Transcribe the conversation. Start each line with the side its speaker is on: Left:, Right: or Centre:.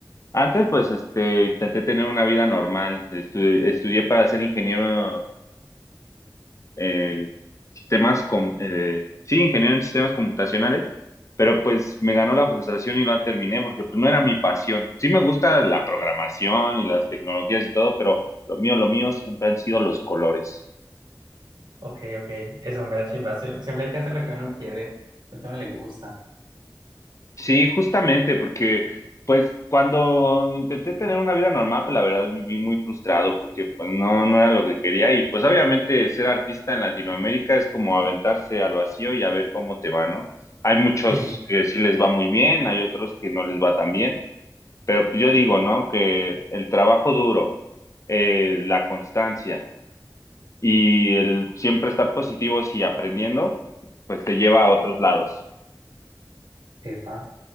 Left: Antes, pues, este, intenté tener una vida normal. Estu- estudié para ser ingeniero eh, sistemas, com- eh, sí, ingeniero en sistemas computacionales, pero pues me ganó la frustración y la terminé porque pues no era mi pasión. Sí me gusta la programación y las tecnologías y todo, pero lo mío, lo mío siempre han sido los colores.
Right: ok, ok, eso me da chimba, Sie- siempre hay que hacer lo que uno quiere, lo que a uno le gusta,
Left: Sí, justamente, porque pues cuando intenté tener una vida normal, pues la verdad viví muy frustrado porque pues no, no era lo que quería y pues obviamente ser artista en Latinoamérica es como aventarse al vacío y a ver cómo te va, ¿no? Hay muchos
Right: sí,
Left: que sí les va muy bien, hay otros que no les va tan bien, pero pues, yo digo, ¿no? Que el trabajo duro, eh, la constancia y el siempre estar positivos y aprendiendo, pues te lleva a otros lados.
Right: epa,